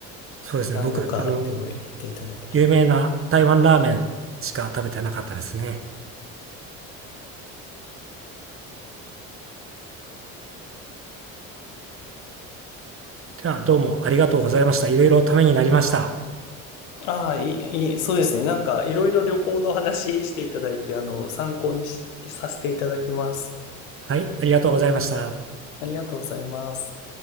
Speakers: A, on the right; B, on the left.
A: そうですね、
B: 何度かでも行っていただければ。
A: 僕、あの、有名な台湾ラーメンしか食べてなかったですね。では、どうもありがとうございました。いろいろためになりました。
B: ああ、いい、いい、そうですね。なんかいろいろ旅行の話していただいて、あの、参考にしさせていただきます。
A: はい、ありがとうございました。
B: ありがとうございます。